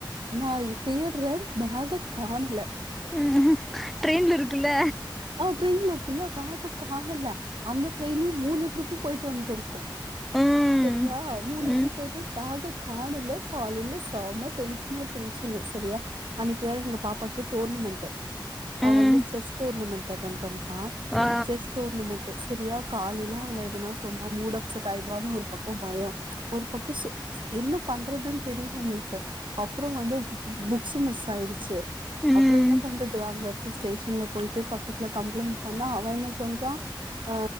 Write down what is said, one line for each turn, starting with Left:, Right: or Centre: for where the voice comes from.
Right: நா அத தேட்றே பேக்க காணல
Centre: நா ட்ரெயின்ல இருக்குல்ல
Right: ஆஹ் ட்ரெயின்ல இருக்குல்ல பேக்க காணல அந்த ட்ரெயினு மூணு ட்ரிப் பு போயிட்டு வந்ட்டு இருக் கு
Centre: ம்
Right: செரியா மூணு எடத்துல
Centre: ம்
Right: போய்ட்டு பேக்க காணல காலைல செம டென்ஷனோ டென்ஷனு செரியா அன்னைக்கு வேற எங்க பாப்பாக்கு டோர்னமெண்ட்டு அவ
Centre: ம்
Right: வந்து செஸ் டோர்னமெண்ட் அட்டென் பண்ணுவான்
Centre: ஆ
Right: செஸ் டோர்னமெண்ட் சரியா காலையிலயே அவள எதனா சொன்னா மூட அப்சட் ஆயிடுவான்னு ஒரு பக்கம் பயம் ஒரு பக்கம் என்ன பண்றதுன்னு தெரியல எங்களுக்கு அப்புறம் வந்து புக்ஸ் மிஸ் ஆயிடுச்சு
Centre: ம்
Right: அப்புறம் என்ன பண்றது அங்க இருக்க ஸ்டேஷன்ல போயீட்டு பக்க பக்கத்துல கம்ளை்ன்ட் பண்ணா அவன் என்ன சொல்றான் ஆ